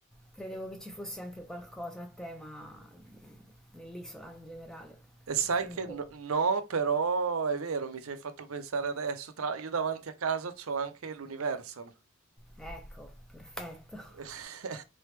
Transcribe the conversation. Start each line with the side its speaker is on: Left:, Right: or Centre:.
Centre: credevo che ci fosse anche qualcosa a tema nell'isola in generale.
Right: E sai
Centre: Non
Right: che
Centre: credo.
Right: no, no, però è vero, mi ci hai fatto pensare adesso. Tra, io davanti a casa c'ho anche l'Universal.
Centre: Ecco, perfetto.
Right: <laughs>